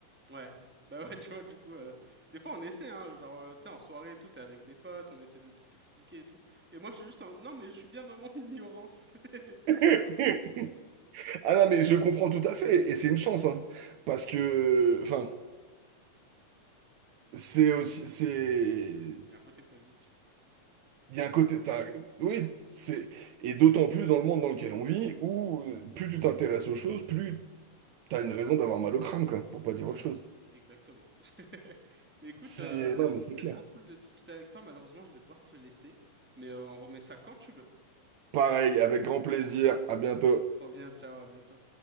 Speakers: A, in the centre; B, on the right.
A: Ouais. Bah ouais, tu vois, du coup, euh, des fois on essaie, hein, genre, euh, tu sais, en soirée et tout, t'es avec des potes, on essaie de tout expliquer et tout. Et moi, je suis juste en, non, mais je suis bien dans mon <laughs> ignorance, <laughs> laissez-moi.
B: <laughs> Ah non, mais je comprends tout à fait et c'est une chance, hein, parce que enfin c'est aussi c'est
A: Il y a un côté positif, quoi.
B: il y a un côté t'as- oui c'est et d'autant plus dans le monde dans lequel on vit où euh, plus tu t'intéresses aux choses, plus t'as une raison d'avoir mal au crâne quoi, pour pas dire
A: Ouais,
B: autre chose.
A: exactement. <laughs> Mais écoute,
B: C'est
A: euh,
B: non mais
A: c'était
B: c'est clair.
A: trop cool de discuter avec toi. Malheureusement, je vais devoir te laisser, mais euh, on remet ça quand tu veux.
B: Pareil, avec grand plaisir. À bientôt.
A: Trop bien, ciao, à bientôt.